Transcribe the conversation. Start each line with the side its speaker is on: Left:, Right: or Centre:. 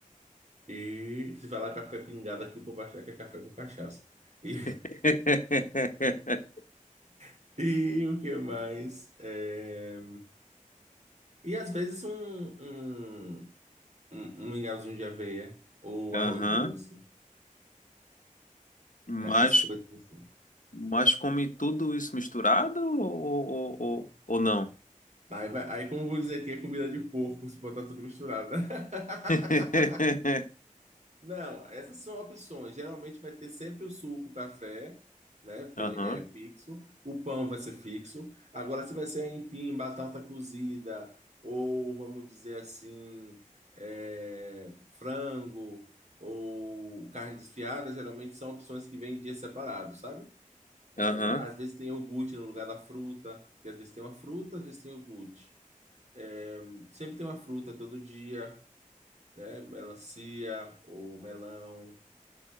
Right: E se falar café pingado aqui, o povo vai achar que é café com cachaça. E,
Left: <laughs>
Right: <laughs> e o que mais? É, E às vezes um, um, um, um mingauzinho de aveia ou
Left: Aham.
Right: arroz doce.
Left: Mas,
Right: Essas coisas assim.
Left: mas come tudo isso misturado ou, ou, ou, ou não?
Right: Aí, vai- aí como eu vou dizer aqui, é comida de porco, se botar tudo misturado, né? <laughs>
Left: <laughs>
Right: Não, essas são opções. Geralmente vai ter sempre o suco, o café, né? Tem,
Left: Aham.
Right: é fixo. O pão vai ser fixo. Agora, se vai ser aipim, batata cozida, ou vamos dizer assim, é, frango, ou carne desfiada, geralmente são opções que vêm em dias separados, sabe? É,
Left: Aham.
Right: às vezes tem iogurte no lugar da fruta, porque às vezes tem uma fruta, às vezes tem iogurte. É, sempre tem uma fruta todo dia, né? Melancia ou melão.